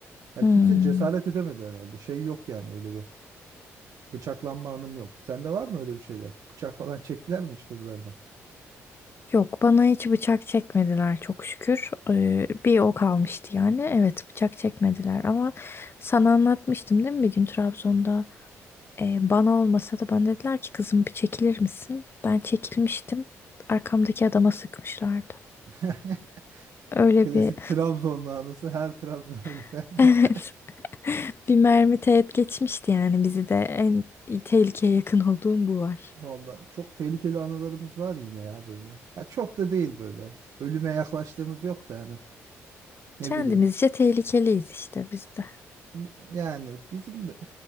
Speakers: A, on the right; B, on the left.
A: Ya
B: Hmm.
A: kimse cesaret edemedi herhalde. Şey yok yani öyle bir. Bıçaklanma anım yok. Sende var mı öyle bir şeyler? Bıçak falan çektiler mi hiç kızlardan?
B: Yok bana hiç bıçak çekmediler çok şükür. Ee, bir o kalmıştı yani. Evet bıçak çekmediler ama sana anlatmıştım değil mi bir gün Trabzon'da Ee, bana olmasa da bana dediler ki kızım bir çekilir misin? Ben çekilmiştim. Arkamdaki adama sıkmışlardı.
A: <laughs>
B: Öyle
A: Klasik
B: bir
A: Trabzonlu anısı her Trabzon'a giden.
B: <laughs> evet
A: <laughs>
B: bir mermi teğet geçmişti yani bizi de en tehlikeye yakın olduğum bu var.
A: Vallahi çok tehlikeli anılarımız var yine ya böyle. Ya çok da değil böyle. Ölüme yaklaştığımız yok da yani. Ne
B: Kendimizce
A: bileyim.
B: tehlikeliyiz işte biz de.
A: Y- Yani bizim de